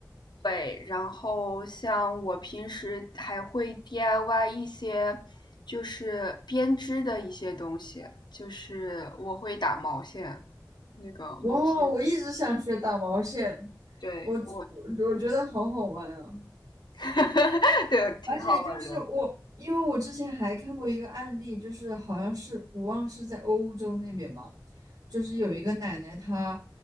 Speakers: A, on the left; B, on the right.
A: 对，然后像我平时还会 DIY 一些就是编织的一些东西，就是我会打毛线，那个毛线，
B: 哇，我一直想学打毛线，
A: 对我，
B: 我我我觉得好好玩啊！
A: <laughs> 对，挺好玩儿的。
B: 而且就是我，因为我之前还看过一个案例，就是好像是我忘了是在欧洲那边吧，就是有一个奶奶她